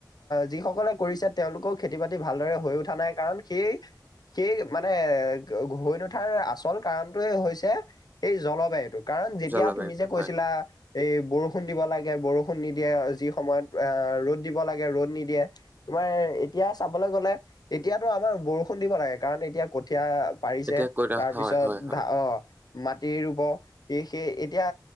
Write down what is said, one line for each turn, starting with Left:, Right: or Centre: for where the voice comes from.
Left: যিসকলে কৰিছে তেওঁলোকেও খেতি বাতি ভাল। হৈ উঠা নাই কাৰণ, সেই সেই মানে হৈ নুঠাৰ আচল কাৰণ। হৈছে এই জলবায়ুটোক। কাৰণ যেতিয়া
Right: জলবায়ুটো
Left: তুমি যে কৈছিলা,
Right: হয়।
Left: এই বৰষুণ দিব লাগে বৰষুণ। নিদিয়ে যি সময়ত আহ ৰ'দ দিব লাগে ৰ'দ নিদিয়ে, তোমাৰ এতিয়া চাবলৈ গ'লে। এতিয়াতো আমাৰ বৰষুণ দিব লাগে, কাৰণ এতিয়া কঠিয়া পাৰিছে
Right: এতিয়া কৈ থাক
Left: তাৰপিছত।
Right: হয় হয় হয়
Left: ধা অ মাটি ৰুব <unintelligible> সেই এতিয়া